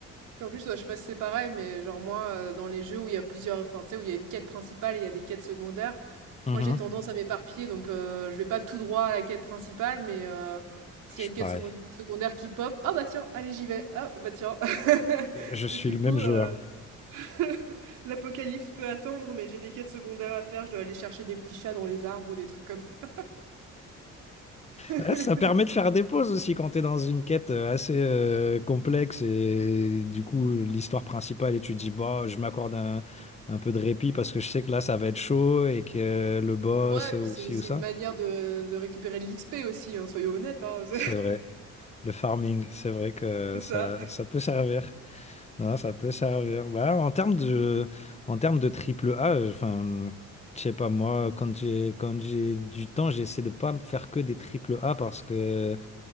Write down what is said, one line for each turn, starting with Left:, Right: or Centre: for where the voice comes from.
Right: Puis en plus, ouais, je sais pas si c'est pareil, mais genre moi, euh, dans les jeux où il y a plusieurs, enfin, tu sais, où il y a une quête principale et il y a des quêtes secondaires,
Left: Mhm.
Right: moi j'ai tendance à m'éparpiller, donc euh, je vais pas tout droit à la quête principale, mais euh, s'il
Left: Je
Right: y
Left: suis
Right: a une
Left: pareil.
Right: quête second- secondaire qui pop, ah bah tiens, allez j'y vais, ah bah tiens. <laughs>
Left: Je suis
Right: Et du
Left: le
Right: coup,
Left: même joueur.
Right: euh, <laughs> l'apocalypse peut attendre, mais j'ai des quêtes secondaires à faire, je dois aller chercher des petits chats dans les arbres ou des trucs comme ça. <laughs>
Left: Ouais, Ça permet de faire des pauses aussi quand tu es dans une quête euh, assez euh, complexe et du coup l'histoire principale et tu te dis bah je m'accorde un, un peu de répit parce que je sais que là ça va être chaud et que euh, le boss
Right: Ouais, et
Left: euh,
Right: puis
Left: ou
Right: c'est
Left: ci
Right: c'est
Left: ou ça.
Right: une manière de, de récupérer de l'XP aussi, hein, soyons honnêtes, hein, <laughs>
Left: C'est vrai. Le farming, c'est vrai que
Right: c'est
Left: ça,
Right: ça.
Left: ça peut servir. Non, ça peut servir. Bah, en termes de, en termes de triple A, euh, enfin, je sais pas, moi, quand j'ai, quand j'ai du temps, j'essaie de pas me faire que des triple A parce que